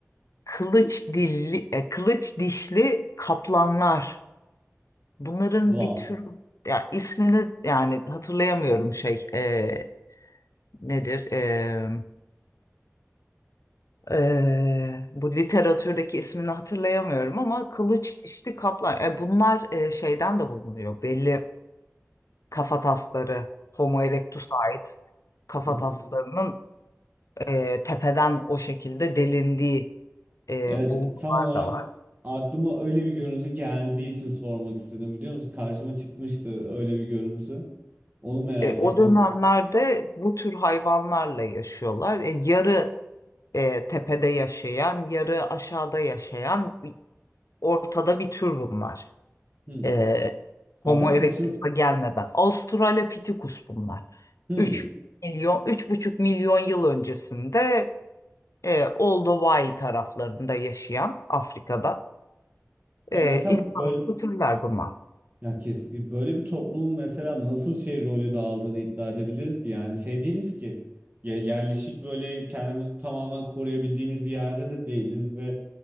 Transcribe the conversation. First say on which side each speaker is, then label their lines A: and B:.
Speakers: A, on the left; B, on the right.
A: Kılıç dilli, e, kılıç dişli kaplanlar. Bunların
B: Wow.
A: bir tür ya ismini yani hatırlayamıyorum şey e, nedir? E, e, bu literatürdeki ismini hatırlayamıyorum ama kılıç dişli kaplan. E, bunlar e, şeyden de bulunuyor belli kafatasları Homo erectus'a ait kafataslarının
B: <laughs>
A: e, tepeden o şekilde delindiği e,
B: Evet,
A: bulgular
B: tam olarak
A: da var.
B: aklıma öyle bir görüntü geldiği için sormak istedim biliyor musun? Karşıma çıkmıştı öyle bir görüntü. Onu merak
A: E, o
B: ettim.
A: dönemlerde bu tür hayvanlarla yaşıyorlar. E, yarı e, tepede yaşayan, yarı aşağıda yaşayan bir- ortada bir tür bunlar.
B: Hmm.
A: E,
B: Zaten
A: Homo erectus'a
B: kaçın...
A: gelmeden. Australopithecus bunlar.
B: Hmm.
A: Üç milyon, üç buçuk milyon yıl öncesinde e, Old Hawaii taraflarında yaşayan Afrika'da e,
B: Ya mesela
A: insanlıklı
B: böyle
A: türler bunlar.
B: ya kes- böyle bir toplumun mesela nasıl şey rolü dağıldığını iddia edebiliriz ki yani şey değiliz ki ya yerleşik böyle kendimizi tamamen koruyabildiğimiz bir yerde de değiliz ve